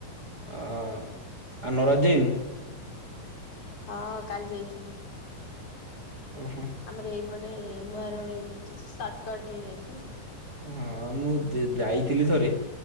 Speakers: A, on the right (about 35°); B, on the left (about 45°).
A: ଆ ଆଉ ନରାଜ ଯାଇନୁ।
B: ହଁ, କାଲି ଯାଇଥିଲି।
A: ଓହୋ।
B: ଆମର ଏଇପଟେ ନୂଆ ରୋଡ ହେଇଯାଇଛି। ସର୍ଟକଟ୍ ହେଇଯାଇଛି ନା।
A: ଉଁ ହଁ, ମୁଁ ଯାଇଥିଲି ଥରେ